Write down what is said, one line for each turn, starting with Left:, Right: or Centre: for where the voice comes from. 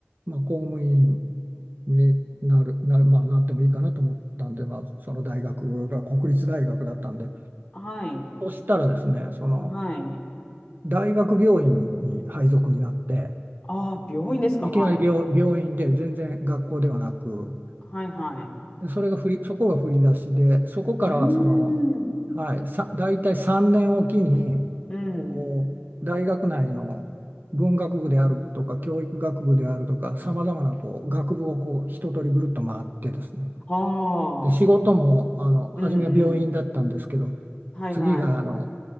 Right: まあ、公務員になる、な、まあ、なってもいいかなと思ったんで、まあ、その大学が国立大学だったんで
Left: はい。
Right: そしたらですねその
Left: はい。
Right: 大学病院に配属になって。
Left: ああ、病院ですか。
Right: いきなり病、
Left: はい。
Right: 病院で全然学校ではなく
Left: はいはい。
Right: でそれが振りそこが振り出しでそこからはその、
Left: うーん。
Right: はい、さ大体3年おきに
Left: うん。
Right: こう大学内の文学部であるとか教育学部であるとかさまざまなこう学部をこう一通りぐるっと回ってですね
Left: はあ。
Right: で仕事もあの初めは病院だったんですけど
Left: うんうん。はいは
Right: 次があの